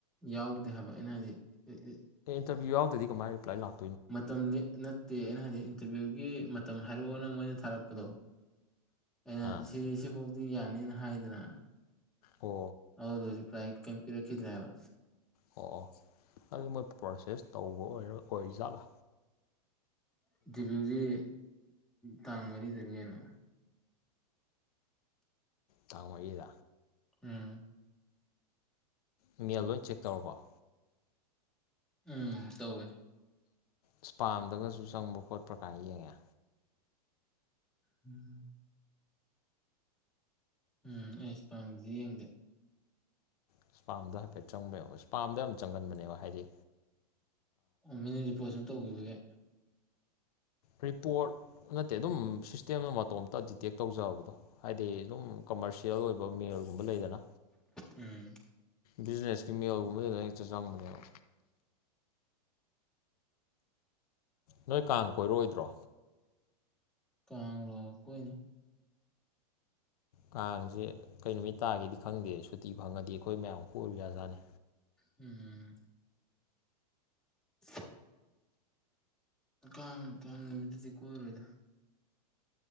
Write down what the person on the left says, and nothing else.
ꯏꯟꯇꯔꯕꯤꯌ ꯌꯥꯎꯗꯤ ꯀꯃꯥꯏ ꯔꯤꯄꯥꯏ ꯂꯥꯛ
ꯑꯥ
ꯑꯣ
ꯑꯣ ꯑꯣ ꯑꯗꯨ ꯃꫭꯏ ꯄ꯭ꯔꯣꯁꯦꯁ ꯇꯧꯕꯩ ꯑꯣꯏꯔꯤ ꯖꯥꯠꯂꯥ
ꯇꯥꯡ ꯃꯔꯤꯗꯥ꯫
ꯏꯃꯦꯜ ꯂꯣꯏꯅ ꯆꯦꯛ ꯇꯧꯔꯕꫭ
ꯏꯁꯄꯥꯝꯗꯒꯁꯨ ꯆꯪꯕ꯭ꯔ ꯈꯣꯠꯄ꯭ꯔꯥ ꯀꯥꯏꯅꯥ ꯌꯦꯡꯉꯦ
ꯏꯁꯄꯥꯝꯗ ꯍꯥꯏꯐꯦꯠ ꯆꯪꯕꯔꯥ ꯌ‌ꯦꯡꯑ‌ꯣ ꯏꯁꯄꯥꯝꯗ ꯌꯥꯝ ꯆꯪꯒꯟꯕꯅꯦꯕ ꯍꯥꯏꯗꯤ
ꯔꯤꯄꯣꯔꯠ ꯅꯠꯇꯦ ꯑꯗꯨꯝ ꯁꯤꯁꯇꯦꯝꯗꫭ ꯃꯇꯣꯝꯇ ꯗꯤꯇꯦꯛ ꯇꯧꯖꯕꯗꯣ ꯍꯥꯏꯗꯤ ꯑꯗꯨꯝ ꯀꯝꯃꯔꯁꯤꯌꯦꯜ ꯑꯣꯏꯕ ꯒꯨꯝ ꯃ‌ꯦꯜꯒꯨꯝꯕ ꯂꯩꯗꯅ
ꯚꯤꯖꯤꯅ‌ꯦꯁ ꯏꯃꯦꯜꯒꯨꯝꯕꯗ ꯑꯗ ꯍꯦꯛꯇ ꯆꯪꯕꯅꯦꯕꯥ꯫ ꯅꯣꯏ ꯀꯥꯡ ꯀꯣꯏꯔꯛꯑꯣꯏꯗ꯭ꯔꯣ?
ꯀꯥꯡꯁꯦ ꯀꯩ ꯅꯨꯃꯤꯠ ꯇꯥꯒꯦꯗꯤ ꯈꯪꯗꯦ ꯁꯨꯇꯤ ꯐꯪꯉꯗꯤ ꯑꯩꯈꯣꯏ ꯃꯌꯥꯝ ꯀꯣꯏꯔꯨ ꯌꯥꯖꯥꯠꯅꯤ꯫